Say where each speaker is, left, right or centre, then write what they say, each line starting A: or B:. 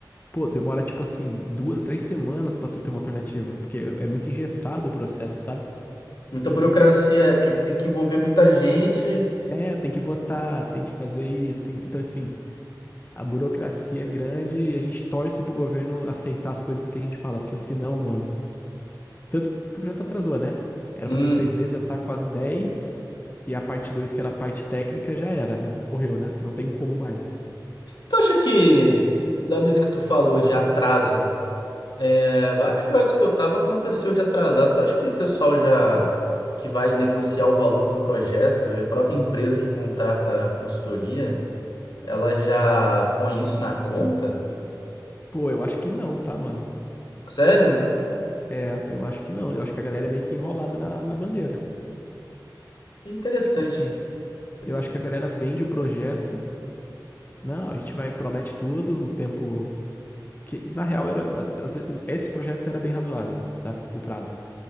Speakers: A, on the left; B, on the left.
A: pô, demora tipo assim, duas, três semanas pra tu ter uma alternativa. Porque é muito engessado o processo, sabe?
B: Muita burocracia, é, porque tem que envolver muita gente.
A: É, tem que votar, tem que fazer isso. tem- Então, assim, a burocracia é grande e a gente torce pro governo aceitar as coisas que a gente fala, porque senão, mano. Tanto que o projeto atrasou, né? Era
B: Hum.
A: pra ser seis meses, já tá quase dez. E a parte dois, que era a parte técnica, já era. Morreu, né? Não tem como mais.
B: Tu acha que, dado isso que tu falou de atraso, É, vários projetos que eu tava aconteceu de atrasar. Então, acho que o pessoal já que vai negociar o valor do projeto, a própria empresa que contrata a consultoria, ela já põe isso na conta?
A: Pô, eu acho que não, tá, mano?
B: Sério?
A: É, eu acho que não. Eu acho que a galera é meio que enrolada na, na bandeira.
B: Interessante,
A: Tipo assim,
B: interessante.
A: eu acho que a galera vende o projeto. Não, a gente vai, promete tudo no tempo. Que, na real, era, esse projeto era bem razoável, tá? O prazo.